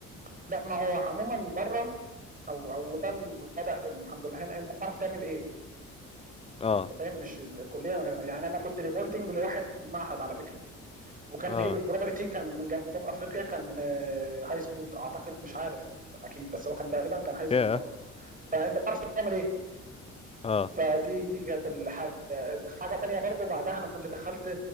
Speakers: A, on the right; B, on the left.
A: لا ما هو عموما بره او او ده بدا الحمد لله هنا انت بتعرف تعمل ايه
B: اه
A: انت فاهم مش الكليه أنا- يعني انا كنت ريبورتنج لواحد معهد على فكره وكان
B: اه
A: الهيد اوف بروبرتي كان من جنوب افريقيا كان هاي سكول اعتقد مش عارف اكيد بس هو كان تقريبا كان هاي سكول
B: يا
A: اه فانت بتعرف تعمل ايه
B: اه
A: فدي دي كانت الحاجه حاجه تانية برضو بعدها انا كنت دخلت